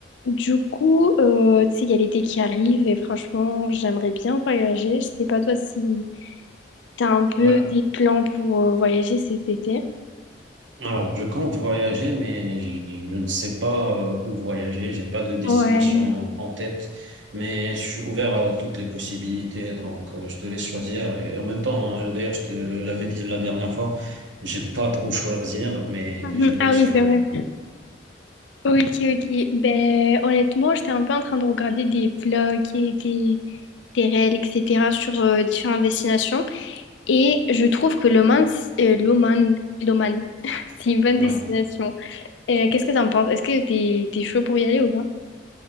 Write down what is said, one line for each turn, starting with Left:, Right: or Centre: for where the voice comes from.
Left: Du coup, euh, tu sais, il y a l'été qui arrive et franchement, j'aimerais bien voyager. Je sais pas toi si t'as un peu
Right: Ouais.
Left: des plans pour euh, voyager cet été.
Right: Alors, je compte voyager, mais je je ne sais pas euh, où voyager. J'ai pas de destination
Left: Ouais.
Right: en tête, mais je suis ouvert à toutes les possibilités. Donc, euh, je te laisse choisir. Et en même temps, euh, d'ailleurs, je te l'avais dit la dernière fois, j'aime pas trop choisir, mais
Left: Mhm.
Right: j'aime bien
Left: Ah
Right: sûr.
Left: oui, c'est vrai. Ok, ok. Ben, honnêtement, j'étais un peu en train de regarder des vlogs et des, des réels, etc. sur euh, différentes destinations. Et je trouve que l'Oman, c- euh, l'Oman, l'Oman, <laughs> c'est une bonne
Right: Ouais.
Left: destination. Euh, qu'est-ce que t'en penses? Est-ce que t'es, t'es chaud pour y aller ou pas?